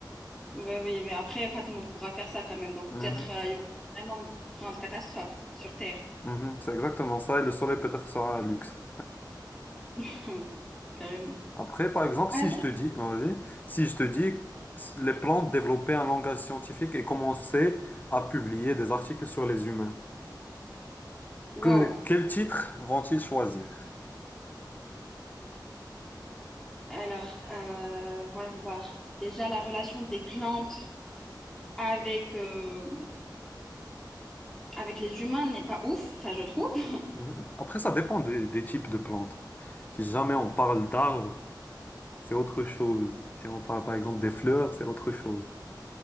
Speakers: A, in the centre; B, on the left.
A: Bah oui, mais après, pas tout le monde pourra faire ça quand même. Donc
B: Mhm.
A: peut-être euh, il y aura vraiment une grande catastrophe sur Terre,
B: Mhm. C'est exactement ça. Et le soleil peut-être sera un luxe.
A: <laughs> carrément.
B: Après, par exemple,
A: Alors,
B: si je te dis, vas-y, si je te dis, les plantes développaient un langage scientifique et commençaient à publier des articles sur les humains, que,
A: Waouh.
B: quel titre vont-ils choisir?
A: Alors, euh, voyons voir. Déjà, la relation des plantes. avec, euh, avec les humains n'est pas ouf, enfin, je trouve. <laughs>
B: Mhm. Après, ça dépend des, des types de plantes. Si jamais on parle d'arbres, c'est autre chose. Si on parle par exemple des fleurs, c'est autre chose.